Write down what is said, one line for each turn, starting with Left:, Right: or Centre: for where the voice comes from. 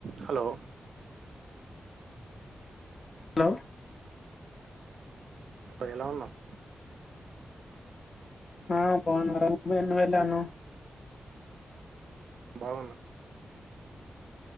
Right: Hello
Left: hello
Right: అప్పుడు ఎలా ఉన్నావ్
Left: ఆ బావున్నారా నువ్ ఎలా వున్నావ్
Right: బాగున్నా